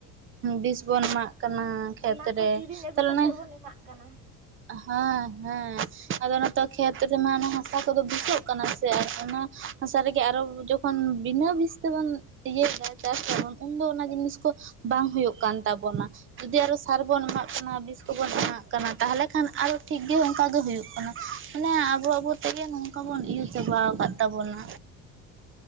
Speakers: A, on the right (about 35°); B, on the right (about 65°).
A: ᱵᱤᱥ ᱵᱚᱱ ᱮᱢᱟᱜ ᱠᱟᱱᱟ ᱠᱷᱮᱛ
B: ᱚᱱᱟ ᱠᱚ
A: ᱨᱮ
B: ᱠᱤᱨᱤᱧ ᱟᱹᱜᱩ
A: ᱛᱟᱦᱚᱞᱮ
B: ᱠᱟᱛᱮᱫ
A: ᱚᱱᱮ
B: ᱵᱚᱱ ᱮᱢᱟᱜ ᱠᱟᱱᱟ
A: ᱦᱮᱸ ᱦᱮᱸ ᱟᱫᱚ ᱱᱤᱛᱚᱜ ᱠᱷᱮᱛ ᱨᱮᱱᱟᱜ ᱦᱟᱥᱟ ᱠᱚᱫᱚ ᱵᱤᱥᱚᱜ ᱠᱟᱱᱟ ᱥᱮ ᱚᱱᱟ ᱦᱟᱥᱟ ᱨᱮᱜᱮ ᱟᱨᱚ ᱡᱚᱠᱷᱚᱱ ᱵᱤᱱᱟᱹ ᱵᱤᱥ ᱛᱮᱵᱚᱱ ᱤᱭᱟᱹᱭᱮᱫᱟ ᱪᱟᱥ ᱫᱟᱵᱚᱱ ᱩᱱᱫᱚ ᱚᱱᱟ ᱡᱤᱱᱤᱥ ᱠᱚ ᱵᱟᱝ ᱦᱳᱭᱳᱜ ᱠᱟᱱ ᱛᱟᱵᱚᱱᱟ ᱡᱩᱫᱤ ᱟᱨᱚ ᱥᱟᱨ ᱵᱚᱱ ᱮᱢᱟᱜ ᱠᱟᱱᱟ ᱵᱤᱥ ᱠᱚᱵᱚᱱ ᱮᱢᱟᱜ ᱠᱟᱱᱟ ᱛᱟᱞᱦᱮ ᱠᱷᱟᱱ ᱟᱨᱚ ᱴᱷᱤᱠ ᱜᱮ ᱚᱱᱠᱟ ᱜᱮ ᱦᱩᱭᱩᱜ ᱠᱟᱱᱟ ᱢᱟᱱᱮ ᱟᱵᱚ ᱟᱵᱚ ᱛᱮᱜᱮ ᱱᱚᱝᱠᱟ ᱵᱚᱱ ᱤᱭᱟᱹ ᱪᱟᱵᱟᱣᱟᱠᱟᱫ ᱛᱟᱵᱚᱱᱟ